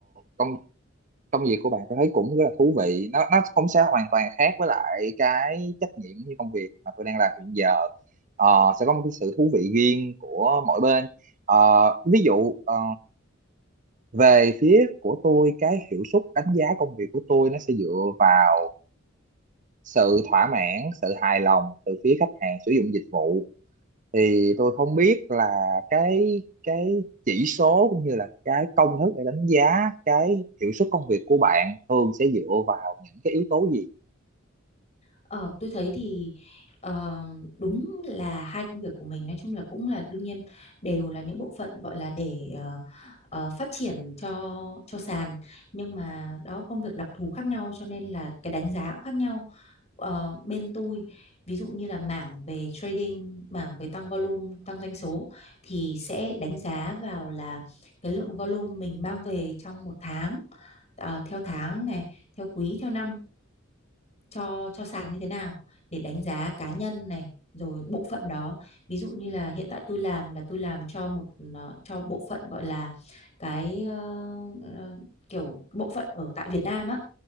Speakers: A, on the right (about 40°); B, on the left (about 35°).
A: công công việc của bạn tôi thấy cũng rất là thú vị nó nó không sẽ hoàn toàn khác với lại cái trách nhiệm như công việc mà tôi đang làm hiện giờ Ờ, sẽ có một cái sự thú vị riêng của mỗi bên Ờ, ví dụ ờ, về phía của tôi cái hiệu suất đánh giá công việc của tôi nó sẽ dựa vào sự thỏa mãn sự hài lòng từ phía khách hàng sử dụng dịch vụ thì tôi không biết là cái cái chỉ số cũng như là cái công thức để đánh giá cái hiệu suất công việc của bạn thường sẽ dựa vào những cái yếu tố gì
B: Ờ, tôi thấy thì ờ, đúng là hai công việc của mình nói chung là cũng là đương nhiên đều là những bộ phận gọi là để ờ, ờ, phát triển cho cho sàn nhưng mà đó công việc đặc thù khác nhau cho nên là cái đánh giá cũng khác nhau. Ờ, bên tôi ví dụ như là mảng về trading, mảng về tăng volume, tăng doanh số thì sẽ đánh giá vào là cái lượng volume mình mang về trong một tháng, ờ, theo tháng này, theo quý, theo năm cho cho sàn như thế nào để đánh giá cá nhân này rồi bộ phận đó ví dụ như là hiện tại tôi làm là tôi làm cho một ờ, cho bộ phận gọi là cái ờ, ờ, kiểu bộ phận ở tại Việt Nam á